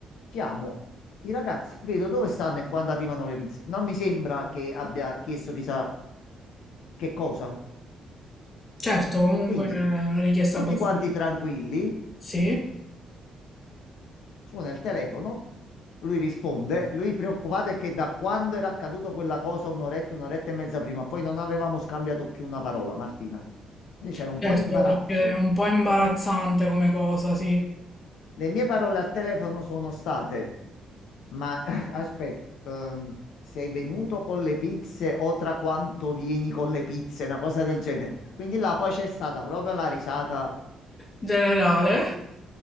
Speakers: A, on the left; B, on the left.
A: Chiamo i ragazzi, vedo dove stanno e quando arrivano le pizze. Non mi sembra che abbia chiesto chissà che cosa.
B: Certo, comunque
A: Quindi,
B: è una richiesta
A: tutti
B: abbastanza...
A: quanti tranquilli,
B: Sì,
A: suona il telefono, lui risponde, lui preoccupato è che da quando era accaduto quella cosa, un'oretta, un'oretta e mezza prima, poi non avevamo scambiato più una parola, Martina. Quindi c'era un
B: certo,
A: po' di imbarazzo
B: perché è un po' imbarazzante come cosa, sì.
A: Le mie parole al telefono sono state, ma <laughs> aspetta, sei venuto con le pizze o tra quanto vieni con le pizze, una cosa del genere. Quindi là poi c'è stata proprio la risata.
B: Generale,